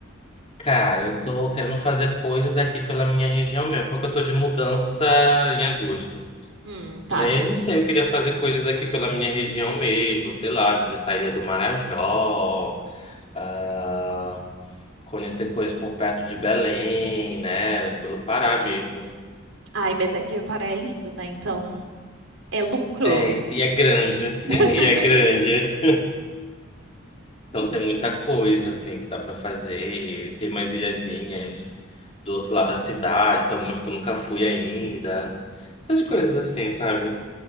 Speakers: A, on the left; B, on the right.
A: Cara, eu tô querendo fazer coisas aqui pela minha região mesmo, porque eu tô de mudança em agosto.
B: Hum, tá.
A: E aí, eu não sei, eu queria fazer coisas aqui pela minha região mesmo, sei lá, visitar a Ilha do Marajó, ah, conhecer coisas por perto de Belém, né? Pelo Pará mesmo.
B: Ai, mas aqui o Pará é lindo, né? Então é lucro.
A: É, e e é grande, <laughs>
B: <laughs>
A: e é grande. Então tem muita coisa, assim, que dá pra fazer. Tem mais ilhazinhas do outro lado da cidade, tem algumas que eu nunca fui ainda. Essas coisas assim, sabe?